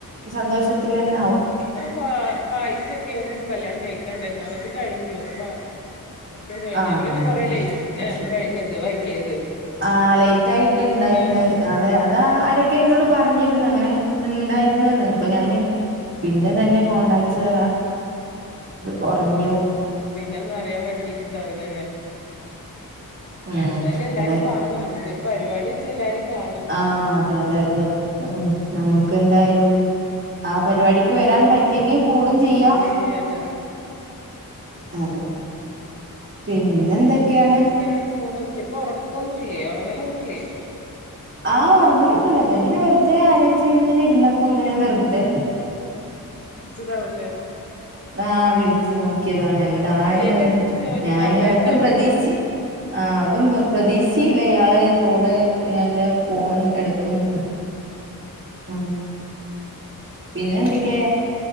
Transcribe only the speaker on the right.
സന്തോഷത്തിലന്നെ ആവും
ആഹ്
കഴിഞ്ഞല്ലേ
അത് ശരി
ആഹ് ലേറ്റ്
ആയിട്ട് ഇണ്ടായിരുന്നത്
അതാ ആരൊ ഒക്കെ എന്നോട് പറഞ്ഞിരുന്നു അങ്ങനെ ഉണ്ടായിരുന്നെന്ന് അപ്പൊ ഞാന്
പിന്നെ ഇതന്നെ കോടാറ്റ്സ് കുറഞ്ഞു
ഉം
അതെ
ആഹ് അതെ അതെ അതെ ഉ നമുക്ക് എന്തായാലും ആഹ് പരിപാടിക്ക് വരാൻ പറ്റ എങ്കിൽ കൂടും ചെയ്യാ
അതെ പിന്നെ എന്തൊക്കെയാണ്
ആഹ് ഉറങ്ങലൊക്കെ ഉണ്ട് ഇങ്ങനെ വെറുതെ ആലോ ചങ്ങനെ ഇരുന്നപ്പോ
ഇങ്ങനെ വെറുതെ
ആഹ് വിളിച്ചു നോക്കിയതാണ് എന്താണ്
ഞാന്
ഒട്ടും പ്രതീക്ഷി ആഹ് അതും പ്രതീക്ഷിചീല്ല ഇയാള് കോള് അന്റെ ഫോണ് എടുക്കുന്നു ഉം പിന്നെ എന്തൊക്കെോ